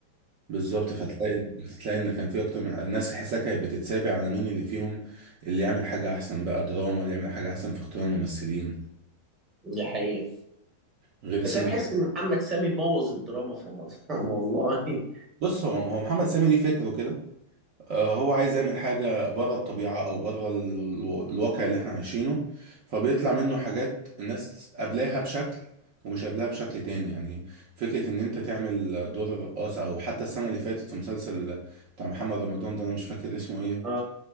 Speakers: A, on the right; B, on the right.
A: بالظبط فتلاقي تلاقي ان كان فيه اكتر من الناس تحسها كانت بتتسابق على مين اللي فيهم اللي يعمل حاجه احسن بقى دراما اللي يعمل حاجه احسن في اختيار الممثلين
B: دي حقيقة
A: غير السنين
B: بس انا بحس ان محمد سامي بوظ الدراما في رمضان <laughs> والله
A: بص هو هو محمد سامي ليه فكره كده آه، هو عايز يعمل حاجة بره الطبيعة أو بره ال- ال- الواقع اللي احنا عايشينه فبيطلع منه حاجات الناس قابلاها بشكل ومش قابلاها بشكل تاني يعني فكرة إن أنت تعمل دور الرقاص أو حتى السنة اللي فاتت في مسلسل بتاع محمد رمضان ده أنا مش فاكر اسمه إيه
B: اه